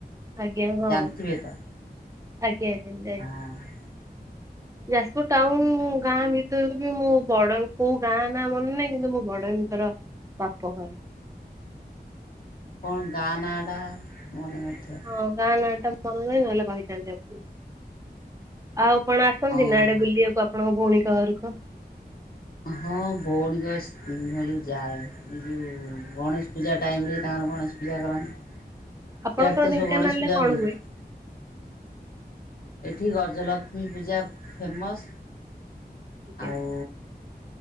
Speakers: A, on the right; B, on the left.
A: ଆଜ୍ଞା ହଁ
B: ଜାଣିଥିବେ ତ
A: ଆଜ୍ଞା ଆଜ୍ଞା ଯାଇଛି।
B: ହଁ।
A: ଯାଜପୁର ଟାଉନ ଗାଁ ଭିତରକୁ ବି ମୁଁ ବଡ଼ କୋଉ ଗାଁ ନାଁ ମନେ ନାହିଁ କିନ୍ତୁ ମୋ ବଡ ଭିତର ବାପ ଘର।
B: କଣ ଗାଁ ନାଁ ଟା ମନେ ନଥିବ।
A: ହଁ ଗାଁ ନାଁ ଟା ମନେ <unintelligible> ନହେଲେ କହିଥାନ୍ତି ଆପଣ ଆଉ କଣ ଆସନ୍ତି
B: ଓହୋ
A: ନା ଏଡେ ବୁଲିବାକୁ ଆପଣଙ୍କ ଭଉଣୀଙ୍କ ଘରକୁ?
B: ହଁ ଭଉଣୀ <unintelligible> ଯାଏ। ଏ ଯଉ ଗଣେଶ ପୂଜା ଟାଇମରେ ତାଙ୍କର ଗଣେଶ ପୂଜା କରନ୍ତି।
A: ଆପଣଙ୍କର
B: ସିଆଡେ ତ
A: ଢେଙ୍କାନାଳରେ
B: ସବୁ ଗଣେଶ ପୂଜା
A: କଣ
B: <unintelligible>
A: ହୁଏ?
B: ଏଠି ଗଜଲକ୍ଷ୍ମୀ ପୂଜା ଫେମସ୍
A: ଆଜ୍ଞା
B: ଆଉ